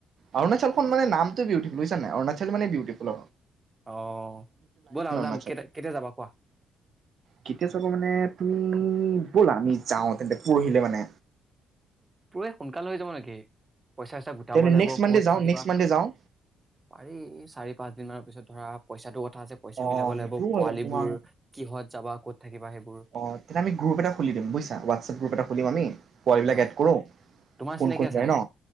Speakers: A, on the right (about 60°); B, on the right (about 20°).
A: অৰুণাচখনান
B: তাকে।
A: নামটো বিউটিুল বুজছ নাই অণচলানে ডউটিপ ন
B: অ ব'লা ওলাম
A: ণচল
B: কেতিয়া কেতিয়া যাবা কোৱা?
A: কেতিয়া চাব মানে তুমি ব'লা আমি যাওঁ তেন্ততে পৰহিলে মানে
B: পুৱে সোনকাল হৈ যাব নেকি পইচা চইচা গোটাব
A: তেনে
B: লাগিব
A: নেক্সট মানডে
B: ক'ত
A: যাওঁ
B: থাকিবা
A: নেক্সট মানডে যাওঁ
B: পাৰি চাৰি পাঁচ দিন মানৰ পিছত ধৰা পইচাটো ক যে পইচা
A: অ
B: মিলাব
A: সেইটোও
B: লাগিব
A: হয়
B: পোৱালিবোৰ
A: বাৰু তোমাৰ
B: কিহত যাবা ক'ত থাকিবা সেইব
A: অ তেতিয়া আমি গ্ৰুপ এটা খুলি দিম বুজিছা হোৱাটছএপ গ্ৰুপ এটা খুলিম আমি পোৱালিবিলাক
B: অ
A: এড কৰোঁ
B: তোমাৰ
A: কোন
B: চিনাকি
A: কোন
B: আছে
A: যায়
B: নাই?
A: ন